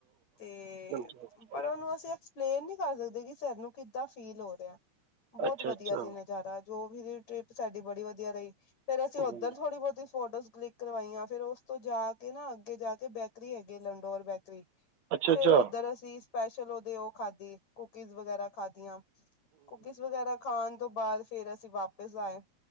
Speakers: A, on the left; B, on the right.
A: ਤੇ
B: ਚੋਪ।
A: ਪਰ ਉਹਨੂੰ ਅਸੀਂ ਐਕਸ ਪਲੇਨ ਨੀ ਕਰ ਸਕਦੇ, ਕਿ ਸਾਨੂੰ ਕਿੱਦਾਂ ਫੀਲ ਹੋ ਰਿਹਾ। ਬਹੁਤ
B: ਅੱਛਾ
A: ਵਧੀਆ
B: ਅੱਛਾ
A: ਸੀ ਨਜ਼ਾਰਾ। ਜੋ ਵੀ ਟ੍ਰਿਪ ਸਾਡੀ ਬੜੀ ਵਧੀਆ ਰਹੀ। ਫੇਰ ਅਸੀਂ ਉੱਧਰ
B: ਹੂੰ।
A: ਥੋੜੀ ਬਹੁਤੀ ਫੋਟੋਜ਼ ਕਲਿਕ ਕਰਵਾਈਆਂ ਫੇਰ ਉਸ ਤੋਂ ਜਾ ਕੇ ਨਾ ਅੱਗੇ ਜਾ ਕੇ ਬੇਕਰੀ ਹੈਗੀ ਲੰਡੋਰ ਬੇਕਰੀ।
B: ਅੱਛਾ
A: ਫੇਰ
B: ਅੱਛਾ
A: ਓਧਰ ਅਸੀਂ ਸਪੈਸ਼ਲ ਓਦੇ ਉਹ ਖਾਧੀ ਕੁਕੀਜ਼ ਵਗੈਰਾ ਖਾਧੀਆ। ਕੁਕੀਜ਼ ਵਗੈਰਾ ਖਾਣ ਤੋਂ ਬਾਅਦ ਫੇਰ ਅਸੀਂ ਵਾਪਿਸ ਆਏ,